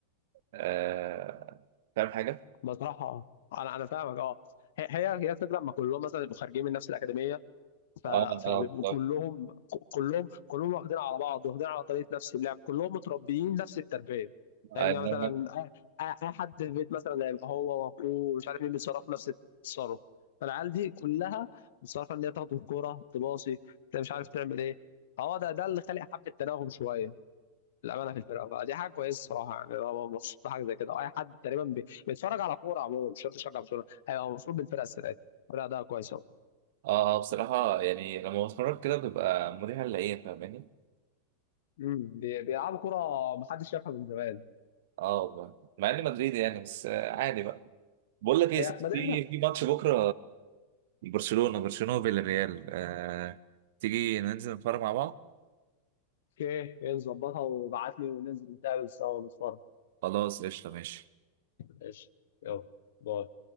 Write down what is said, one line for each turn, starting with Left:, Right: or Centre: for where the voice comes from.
Right: آه فاهم حاجة؟
Left: بصراحة اه انا انا فاهمك اه هي هي هي الفكره لما كلهم مثلا يبقوا خارجين من نفس الاكاديميه ف...
Right: اه
Left: فبيبقوا
Right: اه
Left: كلهم ك- كلهم كلهم واخدين على بعض واخدين على طريقه نفس اللعب كلهم متربيين نفس التربيه
Right: بالظبط
Left: فاهمني يعني مثلا اي أي- أي حد في البيت مثلا هيبقى هو واخوه مش عارف مين بيتصرف نفس التصرف فالعيال دي كلها متصرفه ان هي تاخد الكوره تباصي انت مش عارف تعمل ايه هو ده ده اللي خلق حبه تناغم شويه الامانه في الفرقه فدي حاجه كويسه الصراحه يعني انا مبسوط بحاجه زي كده اي حد تقريبا بي- بيتفرج على كوره عموما مش شرط يشجع برشلونه هيبقى مبسوط بالفرقه السنه دي الفرقه ده كويسه أوي.
Right: اه اه، بصراحة يعني لما بتفرج كده بتبقى مريحة للعين فاهماني؟
Left: امم بي- بيلعبوا كوره محدش شافها من زمان
Right: اه والله مع اني مدريدي يعني بس آه، عادي بقى بقول لك ايه
Left: إيه،
Right: يا ستي،
Left: ما دام
Right: في في ماتش بكرة برشلونة برشلونة بالريال آه تيجي ننزل نتفرج مع بعض؟
Left: اوكي إيه، نظبطها وابعت لي وننزل نتقابل سوا ونتفرج
Right: خلاص قشطة ماشي
Left: ماشي يلا باي